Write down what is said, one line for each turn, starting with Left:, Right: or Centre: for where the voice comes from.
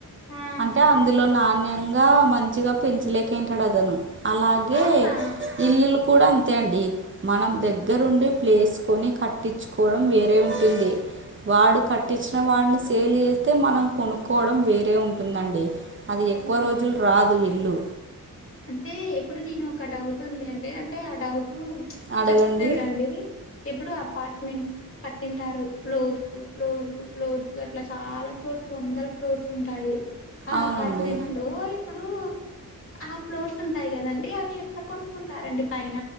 Left: ఆ
Right: అంటే అందులో నాణ్యంగా మంచిగా పెంచలేకేంటాడు అతను అలాగే
Left: అవునా
Right: ఇల్లులు కూడా అంతే అండి మనం దగ్గరుండి ప్లేసుకొని కట్టిచుకోడం వేరే ఉంటుంది. వాడు కట్టించిన వాడిని సేల్ చేస్తే మనం కొనుక్కోవడం వేరే ఉంటుందండి అది ఎక్కువ
Left: అవునా
Right: రోజులు రాదు ఇల్లు
Left: అంటే ఇప్పుడు నేను ఒక డౌట్ ఉంది అండి అంటే ఆ డౌటు
Right: అడగండి
Left: చెప్తా చూడండి ఎప్పుడు అపార్ట్మెంట్స్ కట్టింటారు ఫ్లోర్స్ ఫ్లోర్స్ ఫ్లోర్స్ అట్లా చాలా ఫ్లోర్స్ వందల ఫ్లోర్స్ ఉంటాయి ఆ
Right: అవునండి
Left: అపార్ట్మెంట్ లో ఇప్పుడు ఆ ఫ్లోర్స్ ఉంటాయి కదాండి అవి ఎట్లా కొనుక్కుంటారండి పైన